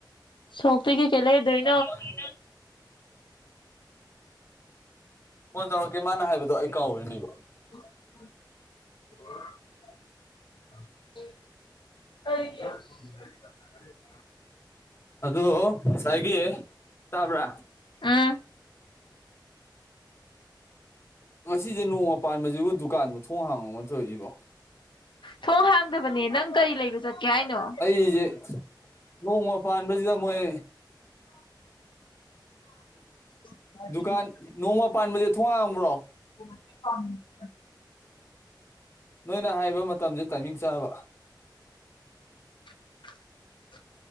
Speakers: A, on the left; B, on the left.
A: ꯁꯣꯛꯇꯒꯤ ꯀꯩ ꯀꯩ ꯂꯩꯔꯨꯗꯣꯏ
B: <unintelligible> ꯐꯣꯟ ꯇꯧꯔꯛꯀꯦ ꯃꯥꯅ ꯍꯥꯏꯕꯗꯣ ꯑꯩ ꯀꯥꯎꯕꯩꯅꯦꯕ
A: <unintelligible> <unintelligible>
B: ꯑꯗꯨ ꯉꯁꯥꯏꯒꯤ ꯇꯥꯕ꯭ꯔꯥ
A: ꯑꯥ
B: ꯉꯁꯤꯁꯦ ꯅꯣꯡꯃ ꯄꯥꯟꯕꯖꯤꯕꯨ ꯗꯨꯀꯥꯟꯕꯨ ꯊꯣꯡ ꯍꯥꯡꯉꯝ ꯊꯧꯔꯤꯁꯤꯕꯣ
A: ꯊꯣꯡ ꯍꯥꯡꯗꯕꯅꯦ ꯅꯪ ꯀꯔꯤ ꯂꯩꯕ ꯆꯠꯀꯦ ꯍꯥꯏꯅꯣ
B: ꯑꯩꯁꯦ ꯅꯣꯡꯃ ꯄꯥꯟꯕꯁꯤꯗ ꯃꯣꯏ
A: <unintelligible>
B: ꯀꯥꯟ ꯅꯣꯡꯃ ꯄꯥꯟꯕꯁꯦ ꯊꯣꯡ ꯍꯥꯡꯕ꯭ꯔꯣ
A: <unintelligible>
B: ꯅꯣꯏꯅ ꯍꯥꯏꯕ ꯃꯇꯝꯁꯦ ꯇꯥꯏꯃꯤꯡ ꯆꯥꯕ
A: <unintelligible>